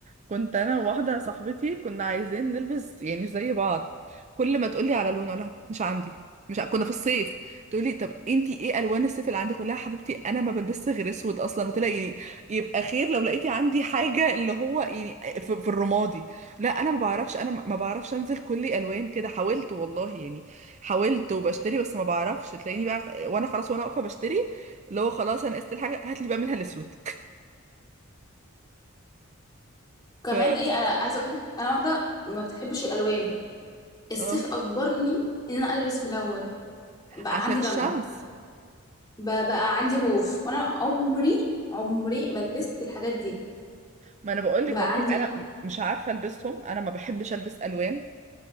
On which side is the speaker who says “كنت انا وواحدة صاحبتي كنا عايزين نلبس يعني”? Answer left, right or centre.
Right